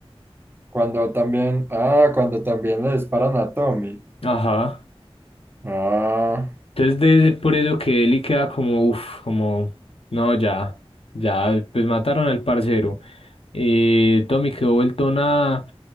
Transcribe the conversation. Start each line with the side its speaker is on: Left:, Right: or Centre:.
Right: Cuando también, ah, cuando también le disparan a Tommy.
Left: Ajá.
Right: Ah,
Left: Entonces debe ser por eso que Eli queda como, uff, como, no, ya, ya, pues mataron al parcero. Eh, Tommy quedó vuelto nada.